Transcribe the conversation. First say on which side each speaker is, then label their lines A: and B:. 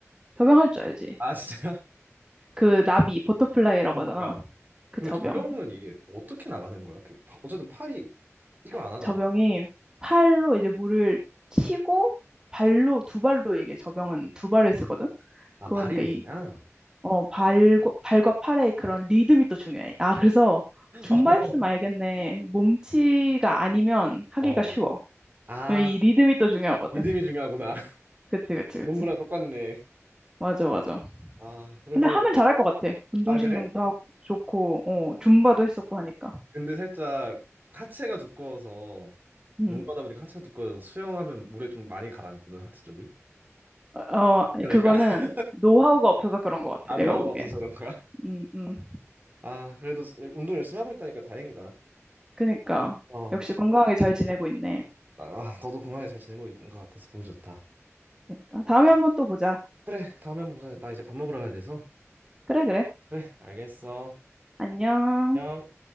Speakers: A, on the right; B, on the right.
A: 접영 할 줄 알지.
B: 아, 진짜?
A: 그 나비, 버터플라이라고
B: <laughs> 그러니까.
A: 하잖아. 그
B: 근데
A: 접영.
B: 접영은 이게 어떻게 나가는 거야? 그, 파- 어쨌든 팔이 이걸 안 하잖아.
A: 접영이 팔로 이제 물을 치고 발로, 두 발로 이게 접영은 두 발을 쓰거든?
B: 아,
A: 그러니까
B: 발이 메이냐?
A: 이, 어, 발과, 발과 팔의 그런 리듬이 또 중요해. 아, 그래서
B: <laughs>
A: 줌바 있으면 알겠네. 몸치가 아니면 하기가
B: 어.
A: 쉬워.
B: 어. 아,
A: 왜냐면 이 리듬이 또 중요하거든.
B: 믿음이 중요하구나. <laughs>
A: 그치, 그치, 그치.
B: 농구랑 똑같네.
A: 맞아, 맞아.
B: 아, 그래도,
A: 근데 하면 잘할 것 같아. 운동신경도
B: 아, 그래?
A: 하고 좋고, 어, 줌바도 했었고 하니까.
B: 근데 살짝 하체가 두꺼워서
A: 음.
B: 농구하다 보니까 하체가 두꺼워서 수영하면 물에 좀 많이 가라앉거든 하체 쪽이
A: 어, 어, 아니,
B: 그러니까
A: 그거는
B: <laughs>
A: 노하우가 없어서 그런 것 같아.
B: 아
A: 내가
B: 노하우가
A: 보기엔.
B: 없어서 그런 거야?
A: 음, 음.
B: 아 그래도 운동 열심히 하고 있다니까 다행이다
A: 그니까.
B: 어
A: 역시 건강하게 잘 지내고 있네.
B: 아, 너도 건강하게 잘 지내고 있는 것 같아서 보기 좋다
A: 그니까. 다음에 한번 또 보자.
B: 그래 다음에 한번 보자 나 이제 밥 먹으러 가야 돼서
A: 그래, 그래.
B: 그래 알겠어
A: 안녕.
B: 안녕